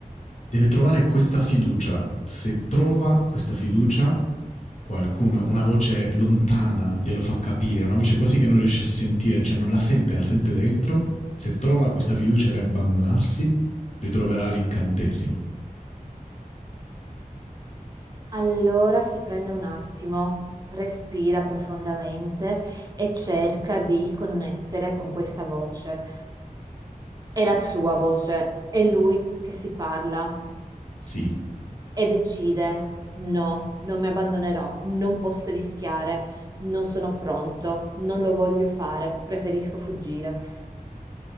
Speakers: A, on the left; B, on the right.
A: deve trovare questa fiducia. Se trova questa fiducia, qualcuno, una voce lontana glielo fa capire, una voce quasi che non riesce a sentire, cioè non la sente, la sente dentro. Se trova questa fiducia e abbandonarsi, ritroverà l'incantesimo.
B: Allora si prende un attimo, respira profondamente e cerca di connettere con questa voce. È la sua voce, è lui che si parla
A: Sì,
B: e decide: no, non mi abbandonerò, non posso rischiare, non sono pronto, non lo voglio fare, preferisco fuggire.